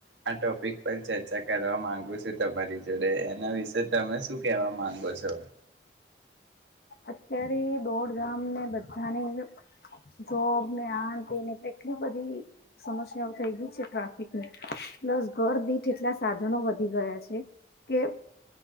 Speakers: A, on the right (about 85°); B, on the left (about 60°).
A: આ ટોપિક પર ચર્ચા કરવા માંગુ છું તમારી જોડે એના વિશે તમે શું કેવા માંગો છો?
B: અત્યારે દોડધામને બધાની જોબ ને આને તે એટલે એટલી બધી સમસ્યાઓ થઈ ગઈ છે ટ્રાફિકની પ્લસ ઘર દીઠ એટલા સાધનો વધી ગયા છે કે